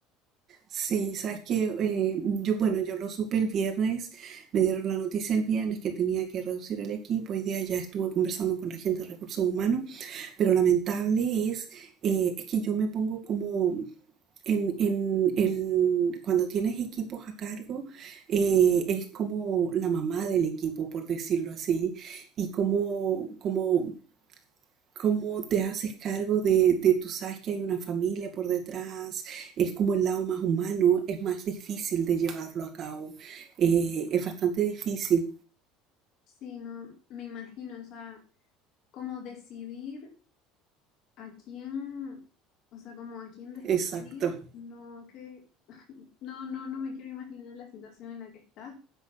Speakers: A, on the right; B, on the left.
A: Sí, sabes que eh, yo, bueno, yo lo supe el viernes, me dieron la noticia el viernes que tenía que reducir el equipo, hoy día ya estuve conversando con la gente de recursos humanos, pero lamentable es, eh, es que yo me pongo como en, en el, cuando tienes equipos a cargo, eh, eres como la mamá del equipo, por decirlo así, y como, como cómo te haces cargo de, de, tú sabes que hay una familia por detrás, es como el lado más humano, es más difícil de llevarlo a cabo, eh, es bastante difícil,
B: Sí, no, me imagino, o sea, como decidir a quién, o sea, como a quién despedir,
A: exacto,
B: no, que, ay, no, no, no me quiero imaginar la situación en la que estás,